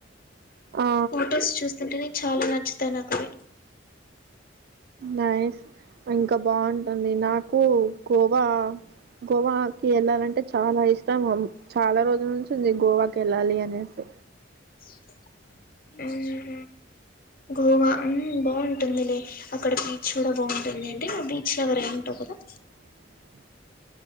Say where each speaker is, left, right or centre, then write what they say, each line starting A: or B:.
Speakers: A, on the right; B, on the left.
A: ఆ
B: ఫొటోస్ చూస్తుంటేనే చాలా నచ్చుతాయి నాకవి
A: నైస్ ఇంకా బాగుంటుంది నాకు గోవా గోవా వెళ్ళాలంటే చాలా ఇష్టం చాలా రోజుల నుంచి ఉంది గోవాకి వెళ్ళాలి అనేసి
B: అమ్ గోవా ఉమ్ బాగుంటుందిలే అక్కడ బీచ్ కూడా బాగుంటుంది అంటే బీచ్ లవర్ అయిఉంటావ్ కదా
A: అ